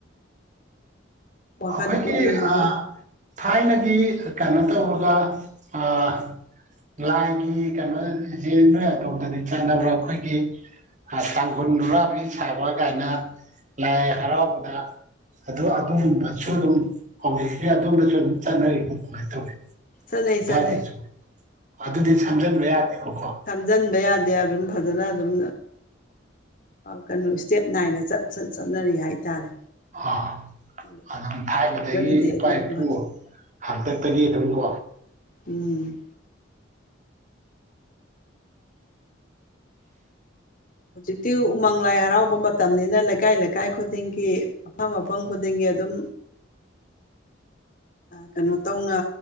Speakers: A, on the left; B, on the right.
A: ꯋꯥꯈꯜ
B: ꯑꯩꯈꯣꯏꯒꯤ
A: ꯄꯨꯛꯅꯤꯡꯁꯤꯁꯨ
B: ꯊꯥꯏꯅꯒꯤ ꯀꯩꯅꯣ ꯇꯧꯔꯒ ꯑꯥ ꯂꯥꯏꯒꯤ ꯀꯩꯅꯣꯁꯦ <unintelligible> ꯅꯣꯏ ꯇꯧꯗꯗꯤ ꯆꯠꯅꯕ꯭ꯔꯥ ꯑꯩꯈꯣꯏꯒꯤ ꯇꯥꯡꯈꯨꯜ ꯅꯨꯨꯔꯥꯕꯤ ꯁꯥꯕ ꯀꯥꯏꯅ ꯂꯥꯏ ꯍꯔꯥꯎꯕꯗ ꯑ ꯑꯗꯨꯒꯨꯝꯕꯁꯨ ꯑꯗꯨꯝ ꯍꯧꯖꯤꯛꯁꯦ ꯑꯗꯣꯝꯗꯁꯨ ꯑꯗꯨꯝ ꯆꯠꯅꯔꯤꯕ ꯑꯗꯨꯃꯥꯏꯅ ꯇꯧꯋꯤ
A: ꯆꯠꯅꯩ
B: ꯑꯗꯨꯏꯗꯩꯩꯁꯨ
A: ꯆꯠꯅꯩ
B: ꯑꯗꯨꯗꯤ ꯁꯝꯖꯤꯟꯕ ꯌꯥꯗꯦꯕꯀꯣ
A: ꯁꯃꯖꯤꯟꯕ ꯌꯥꯗꯦ ꯑꯗꯨꯝ ꯐꯖꯅ ꯑꯗꯨꯝ ꯀꯩꯅꯣ ꯏꯁꯇꯦꯞ ꯅꯥꯏꯅ ꯆꯠ ꯆꯠ ꯆꯠꯅꯔꯤ ꯍꯥꯏꯇꯥꯔꯦ
B: ꯑꯥ
A: ꯃꯣꯏ
B: ꯑꯗꯨꯝ ꯊꯥꯏꯅꯥꯗꯒꯤ
A: ꯁꯝꯖꯟꯗꯦ
B: ꯏꯄꯥ
A: ꯑꯗꯨꯒꯨꯝꯕꯗꯤ
B: ꯏꯄꯨ ꯍꯥꯛꯇꯛꯇꯒꯤ ꯑꯗꯨꯝꯀꯣ
A: ꯎꯝ ꯍꯧꯖꯤꯛꯇꯤ ꯎꯃꯪ ꯂꯥꯏ ꯍꯔꯥꯎꯕ ꯃꯇꯝꯅꯤꯅ ꯂꯩꯀꯥꯏ ꯂꯩꯀꯥꯏ ꯈꯨꯗꯤꯡꯒꯤ ꯃꯐꯝ ꯃꯐꯝ ꯈꯨꯗꯤꯡꯒꯤ ꯑꯗꯨꯝ ꯀꯩꯅꯣ ꯇꯧꯅ